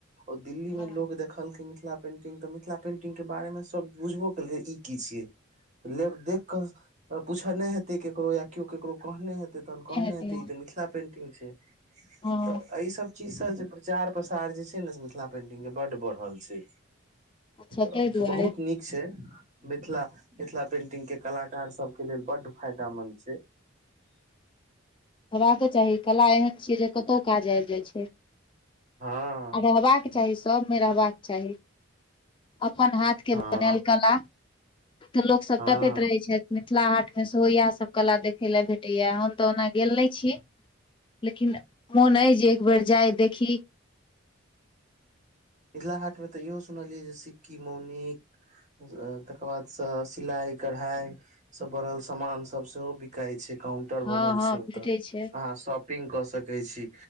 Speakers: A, on the right (about 40°); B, on the left (about 25°).
A: ओ दिल्ी मेमे
B: हँ
A: लोकग देखल केम मिथिला पेंटिंग मिथिला पेंटिंग क बारे म सब बुझबू केलखिन की ई कि छये। ल देख कऽ। पूछने हेते केकरो या केओ केकरो कहने हेते। तहन कहने
B: हेतै हँ
A: हे ई तऽ मिथिला पेंटिंग छै।
B: हँ।
A: तऽ एहि सब चीज सब जे प्रचार प्रसार जे छै ने से मिथिला पेंटिंग के बड बढ़ल छै।
B: अच्छा
A: त
B: ताहि दुआरे
A: से बहुत नीक छै मिथिला मिथिला पेन्टिंग के कलाकार सब। लेल बड्ड फायदामन्द छै।
B: हेबाक चाही कला एहन छियै जे कतहु काज आबि जाइ छै।
A: हँ
B: आ रहबाक के चाही। सबमे रहबाक चाही। अपन हाथ के
A: हँ
B: बनल कला। तऽ लोक सब
A: हँ
B: तकैत रहै छैमे। मिथिला हाट मे सेहो इएह सब कला देखे ला भेटे या हन तऽ ओना। गेल नहि छी लेकिन मोन अइ जे एक बेर जाइ देखी।
A: मिथिला हाट मे तऽ इहो सुनलियै जे सिक्की मौनिक तकर बाद से सिलाई कढ़ाई सब बनल सामान सब सेहो बिकाई छै। काउंटर
B: हँ
A: बनल
B: हँ
A: छै ओतता
B: भेटै छै
A: अहाँ शॉपिंग क सक छी